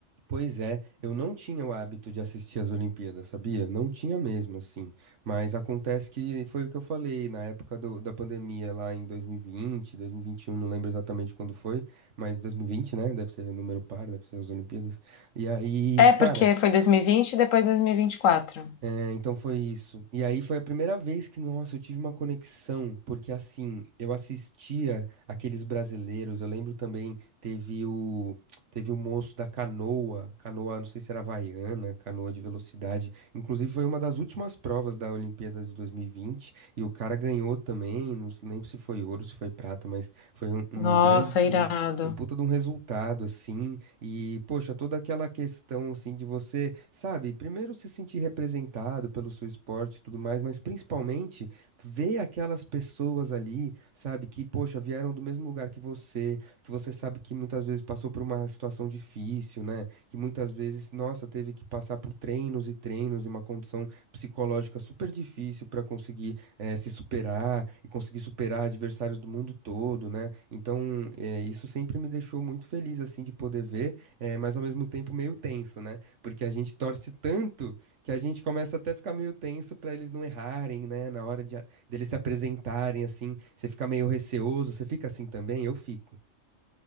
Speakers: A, on the right; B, on the left.
A: Pois é, eu não tinha o hábito de assistir as Olimpíadas, sabia? Não tinha mesmo, assim. Mas acontece que foi o que eu falei na época do- da pandemia, lá em 2020, 2021, não lembro exatamente quando foi, mas 2020, né? Deve ser número par, deve ser as Olimpíadas. E aí, cara,
B: É, porque foi 2020 e vinte e depois 2024.
A: é, então foi isso. E aí foi a primeira vez que, nossa, eu tive uma conexão, porque assim, eu assistia aqueles brasileiros, eu lembro também, teve o teve o moço da canoa, canoa, não sei se era havaiana, canoa de velocidade. Inclusive foi uma das últimas provas da Olimpíada de 2020 e vinte, e o cara ganhou também, não se- lembro se foi ouro, se foi prata, mas foi um, um
B: Nossa,
A: grande um,
B: irado.
A: um puta de um resultado assim. E, poxa, toda aquela questão, assim, de você, sabe, primeiro se sentir representado pelo seu esporte e tudo mais, mas principalmente ver aquelas pessoas ali, sabe, que, poxa, vieram do mesmo lugar que você, que você sabe que muitas vezes passou por uma situação difícil, né? Que muitas vezes, nossa, teve que passar por treinos e treinos e uma condição psicológica super difícil para conseguir eh, se superar e conseguir superar adversários do mundo todo, né? Então, eh, isso sempre me deixou muito feliz, assim, de poder ver, eh, mas ao mesmo tempo meio tenso, né? Porque a gente torce tanto que a gente começa até a ficar meio tenso para eles não errarem, né? Na hora de, a- deles se apresentarem, assim, você fica meio receoso, você fica assim também? Eu fico.